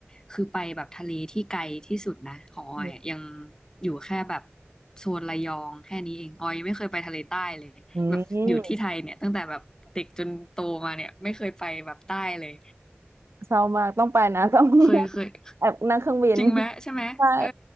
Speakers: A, on the left; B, on the right.
A: คือไปแบบทะเลที่ไกลที่สุดนะของออยอะยัง
B: อืม
A: อยู่แค่แบบโซนระยองแค่นี้เองออยยังไม่เคยไปทะเลใต้เลยแบบอยู่ที่ไทยเนี่ยตั้งแต่แบบเด็กจนโตมาเนี่ยไม่เคยไปแบบใต้เลย
B: อืมเศร้ามากต้องไปนะต้อง
A: เคยเคย
B: <laughs> แอบนั่งเครื่องบิน
A: จริงไหมใช่ไหมเออ
B: ใช่